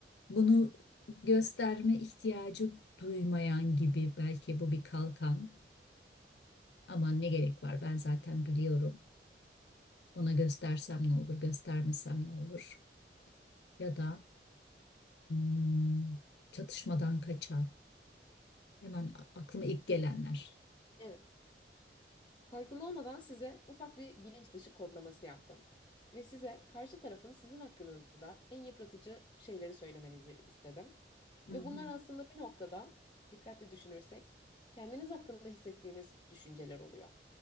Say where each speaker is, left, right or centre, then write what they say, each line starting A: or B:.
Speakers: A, on the left (about 75°); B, on the left (about 25°).
A: bunu gösterme ihtiyacı duymayan gibi belki bu bir kalkan. Aman ne gerek var ben zaten biliyorum. Ona göstersem ne olur, göstermesem ne olur? Ya da hmm, çatışmadan kaçan. Hemen a- aklıma ilk gelenler.
B: Evet. Farkında olmadan size ufak bir bilinç dışı kodlaması yaptım. Ve size karşı tarafın sizin hakkınızda en yıpratıcı şeyleri söylemenizi istedim.
A: Hı
B: Ve
A: hı,
B: bunlar aslında bir noktada dikkatli düşünürsek kendiniz hakkında hissettiğiniz düşünceler oluyor.